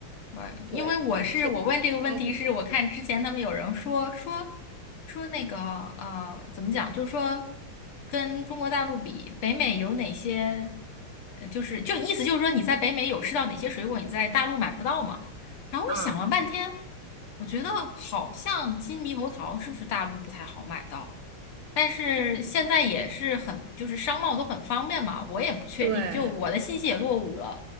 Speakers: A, on the left (about 80°); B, on the right (about 65°).
A: 对，
B: 对，
A: 因为我是我问这个问题是我看之前他们有人说说
B: 其其他就没有。
A: 说那个呃怎么讲，就是说跟中国大陆比，北美有哪些，呃就是就意思就是说你在北美有吃到哪些水果，你在大陆买不到嘛？然后我想了半天，
B: 嗯，
A: 我觉得好像金猕猴桃是不是大陆不太好买到？但是现在也是很，就是商贸都很方便嘛，我也不确定，
B: 对，
A: 就我的信息也落伍了。